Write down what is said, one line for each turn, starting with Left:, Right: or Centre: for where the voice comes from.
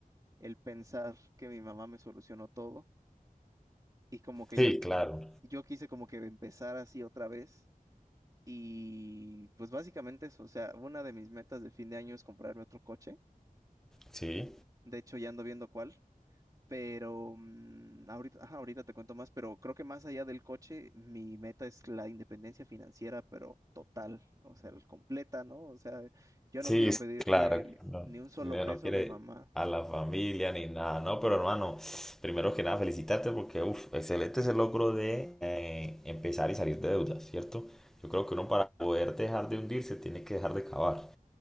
Right: el pensar que mi mamá me solucionó todo y como que
Centre: sí,
Right: yo, qui-
Centre: claro,
Right: yo quise como que empezar así otra vez y pues básicamente eso, o sea, una de mis metas de fin de año es comprarme otro coche.
Centre: sí.
Right: De hecho, ya ando viendo cuál, pero mm, ahorita, ajá, ahorita te cuento más, pero creo que más allá del coche, mi meta es la independencia financiera, pero total, o sea, el completa, ¿no? O sea, yo
Centre: Sí,
Right: no quiero
Centre: sí,
Right: pedirle
Centre: claro, no,
Right: ni un solo
Centre: no
Right: peso
Centre: no quiere
Right: a mi mamá.
Centre: a la familia ni nada, no, pero hermano, primero que nada felicitarte porque, uff, excelente ese logro de eh, empezar y salir de deudas, ¿cierto? Yo creo que uno para poder dejar de hundirse tiene que dejar de cavar.